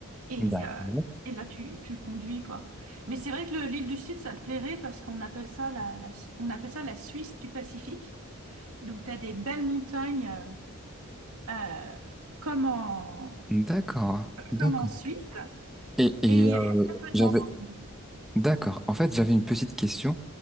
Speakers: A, on the right; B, in the centre.
A: et,
B: D'accord.
A: euh, et là tu, tu conduis quoi. Mais c'est vrai que le- l'île du Sud ça te plairait parce qu'on appelle ça la, la- on appelle ça la Suisse du Pacifique. Donc tu as des belles montagnes euh, euh, comme en,
B: D'accord. D'accord.
A: comme en Suisse
B: Et, et
A: et il
B: euh,
A: y a très peu de
B: j'avais
A: gens dans l'île du Sud.
B: d'accord. En fait, j'avais une petite question.